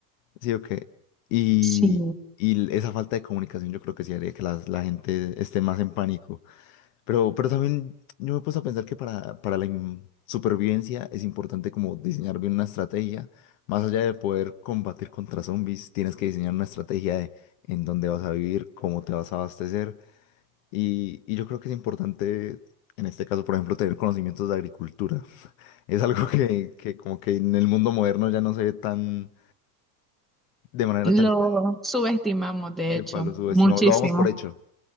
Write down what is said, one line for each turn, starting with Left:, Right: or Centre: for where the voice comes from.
Left: ¿Sí o qué? Y,
Centre: Sí.
Left: y esa falta de comunicación yo creo que sí haría que las- la gente esté más en pánico. Pero, pero también yo me he puesto a pensar que para, para la in- supervivencia es importante como diseñar bien una estrategia. Más allá de poder combatir contra zombies, tienes que diseñar una estrategia de en dónde vas a vivir, cómo te vas a abastecer. Y, y yo creo que es importante, en este caso, por ejemplo, tener conocimientos de agricultura. <laughs> Es algo que, que como que en el mundo moderno ya no se ve tan, de manera
Centre: Lo
Left: tan común.
Centre: subestimamos, de
Left: Epa,
Centre: hecho,
Left: lo subestimamos,
Centre: muchísimo.
Left: lo damos por hecho.